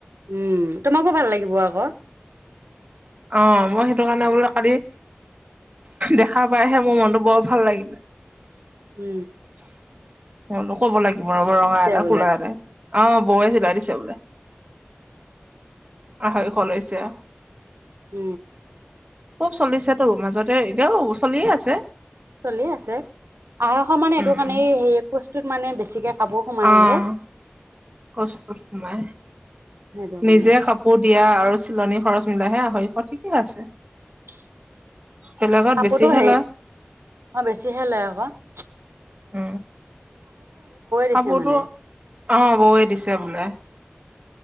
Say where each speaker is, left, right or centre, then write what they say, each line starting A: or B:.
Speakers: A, on the right; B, on the right.
A: উ। তোমাকো ভাল লাগিব আক'।
B: অ', মই সেইটো কাৰণে বোলো কালি, দেখা পাইহে মোৰ মনটো বৰ ভাল লাগিলে।
A: উ।
B: <unintelligible> ক'ব লাগিব ৰব, ৰঙা এটা,
A: বোলে
B: কোলা এটাই। অ', বৌৱে চিলাই দিছে বোলে। আঢ়ৈশ হৈছে।
A: উ।
B: চলিছেটো, মাজতে এতিয়াও চলিয়ে আছে।
A: চলিয়ে আছে। আ়ঢ়ৈশ মানে এইটো
B: উম
A: কাৰণে, এই হে কোচটোত মানে বেছিকে কাপোৰ সোমাই
B: অ'।
A: যে
B: কোচতোত সোমায়।
A: সেইটো কাৰণে
B: নিজে কাপোৰ দিয়া আৰু চিলনি খৰচ মিলাইহে আঢ়ৈশ, ঠিকে আছে।
A: <inaudible>
B: বেলেগত
A: কাপোৰতো
B: বেছিহে
A: হে,
B: লয়
A: অ', বেছিহে লয় আক'।
B: উ।
A: দিছে
B: কাপোৰতো,
A: মানে
B: অ', বৌৱে দিছে বোলে।